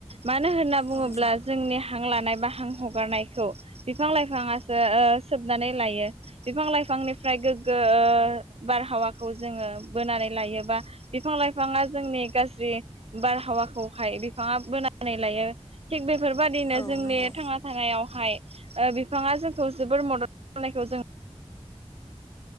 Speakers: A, on the right; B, on the left.
A: मानो होनना बुंङोब्ला
B: औ
A: जोंनि हां लानाय बा हां हगारनायखौ बिफां लाइफांङासो ओ‌ ओ सोबनानै लायो। बिफां लाइफांनिफ्राय गोग्गो ओ बारहावाखौ जोङो बोनानै लायोबा बिफां लाइफाङा जोंनि गाज्रि बारहावाखौहाय बिफाङा बोनानै लायो थिग बे फोरबायदिनो
B: औ
A: जोंनि
B: नंगौ
A: थांना थानायावहाय ओ बिफाङा जोंखौ जोबोर मदद खालामनायखौ जों